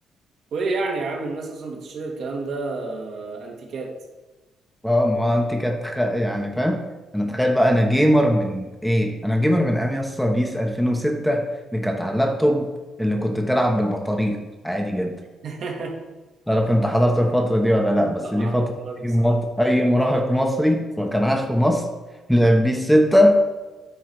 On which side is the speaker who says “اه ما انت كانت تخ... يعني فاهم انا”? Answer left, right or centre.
Centre